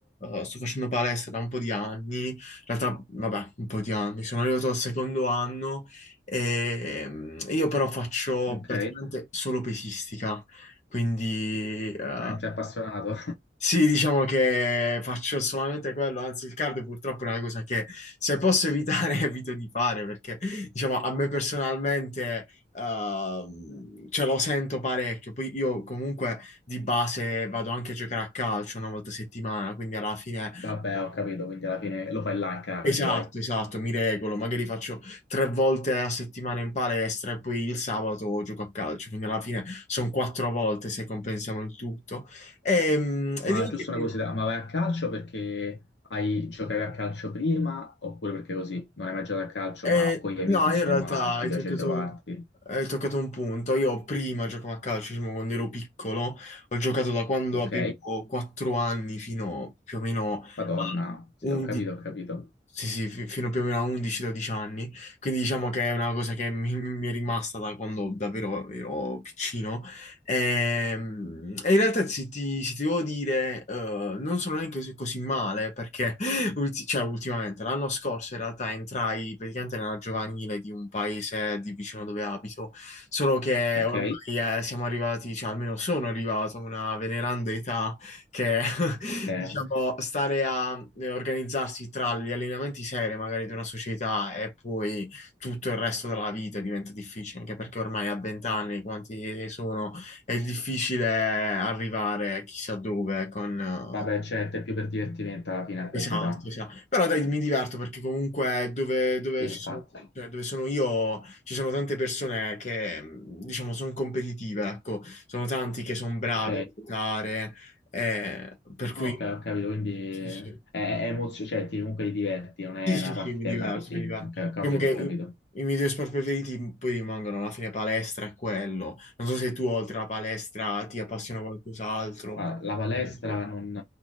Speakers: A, on the left; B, on the left.
A: eh, sto facendo palestra da un po' di anni, in realtà vabbè, un po' di anni, sono arrivato al secondo anno e mm, io però faccio
B: ok?
A: praticamente solo pesistica, quindi eh,
B: Mm, sei appassionato?
A: sì, diciamo che faccio solamente quello, anzi il cardio purtroppo è una cosa che se posso evitare <laughs> evito di fare perché diciamo a me personalmente ehm,
B: <laughs>
A: ce lo sento parecchio, poi io comunque di base vado anche a giocare a calcio una volta a settimana, quindi alla fine
B: Vabbè, ho capito, quindi alla fine lo fai là il cardio,
A: Esatto,
B: dai.
A: esatto, mi regolo, magari faccio tre volte a settimana in palestra e poi il sabato gioco a calcio, quindi alla fine sono quattro volte se compensiamo il tutto. Ehm,
B: Ma
A: E, devo
B: giusto
A: dire che
B: una curiosità,
A: no,
B: ma vai a calcio perché hai, giocavi a calcio prima oppure perché così? Non hai mai giocato a calcio,
A: Eh,
B: ma con gli amici,
A: no,
B: insomma,
A: io in realtà hai
B: ti piace
A: toccato,
B: ritrovarti,
A: hai toccato un punto. Io prima giocavo a calcio, diciamo, quando ero piccolo, ho giocato da quando
B: ok?
A: avevo quattro anni fino più o meno a
B: Madonna, sì,
A: 11.
B: ho capito, ho capito.
A: Sì, sì, fi- fino più o meno a 11-12 anni, quindi diciamo che è una cosa che mi, mi è rimasta da quando davvero ero piccino. Ehm, E, in realtà se ti, se ti devo dire, eh, non sono neanche così, così male perché <laughs> ulti- cioè, ultimamente, l'anno scorso in realtà entrai praticamente nella giovanile di un paese di vicino dove abito, solo che
B: Ok,
A: ormai eh, siamo arrivati, cioè almeno sono arrivato a una veneranda età che <laughs>
B: eh,
A: diciamo, stare a eh, organizzarsi tra gli allineamenti seri magari di una società e poi tutto il resto della vita diventa difficile, anche perché ormai a vent'anni, quanti sono, è difficile arrivare chissà dove con... eh,
B: Vabbè, certo, è più per divertimento alla fine a questa
A: Esatto,
B: età.
A: esatto. Però dai, mi diverto perché comunque dove, dove
B: Sì, infatti.
A: ci sono, cioè, dove sono io ci sono tante persone che, mh, diciamo, sono competitive, ecco, sono tanti che sono bravi
B: Ok,
A: a giocare, eh, per cui
B: ok, ho capito, quindi è,
A: sì, sì.
B: è emozio- cioè ti, comunque ti diverti, non è
A: Sì, sì,
B: una
A: sì,
B: partitella
A: mi diverto,
B: così.
A: mi diverto.
B: Ok, ho capito,
A: Diciamo che
B: ho
A: i,
B: capito.
A: i miei due sport preferiti poi rimangono alla fine palestra e quello. Non so se tu oltre alla palestra ti appassiona qualcos'altro.
B: Ma La palestra
A: Eh, no.
B: non,